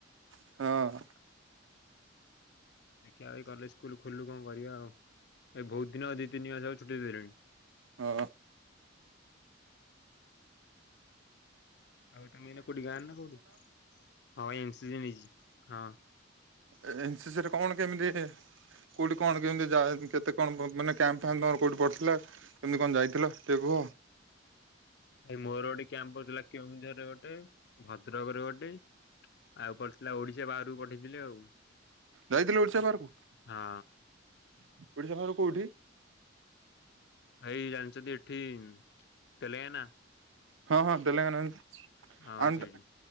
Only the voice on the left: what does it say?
ଦେଖିବା ଭାଇ କଲେ ସ୍କୁଲ ଖୋଲୁ କଣ କରିବା ଆଉ ଏ ବହୁତ ଦିନ ଦି ତିନି ମାସ ଆଉ ଛୁଟି ଦେଲେଣି।
ଆଉ ତମେ ଏଇନା କୋଉଠି ଗାଁ ନା କୋଉଠି ହଁ ଏମ୍ ସି ଜି ନେଇଚି ହଁ।
ଭାଇ ମୋର ଗୋଟେ କ୍ୟାମ୍ ପର୍ ଥିଲା କେଉଁଝର ରେ ଗୋଟେ ଭଦ୍ରକରେ ଗୋଟେ ଆଉ ପଡିଥିଲା ଓଡିଶା ବାହାରକୁ ପଠେଇଥିଲେ ଆଉ।
ହଁ
ଭାଇ ଜାନଚତି ଏଠି ଉଁ ତେଲେଗାନା।
ହଁ ଭାଇ
ସେଇଠି